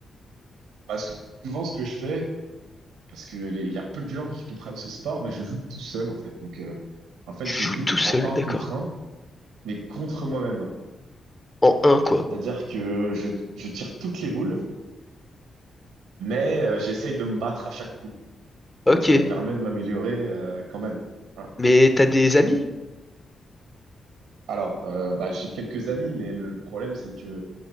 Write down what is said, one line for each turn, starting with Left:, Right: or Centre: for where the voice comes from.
Right: Bah, souvent ce que je fais parce que les- il y a peu de gens qui comprennent ce sport, bah je joue tout seul en fait. Donc euh, en fait
Left: Tu
Right: je
Left: joues
Right: joue
Left: tout seul,
Right: en un
Left: d'accord.
Right: contre un mais contre moi-même.
Left: En un quoi.
Right: C'est-à-dire que je, je tire toutes les boules mais euh, j'essaye de me battre à chaque coup.
Left: Ok.
Right: Donc ça me permet de m'améliorer euh, quand même. Voilà.
Left: Mais t'as des amis?
Right: Alors, euh, bah, j'ai quelques amis, mais le problème, c'est que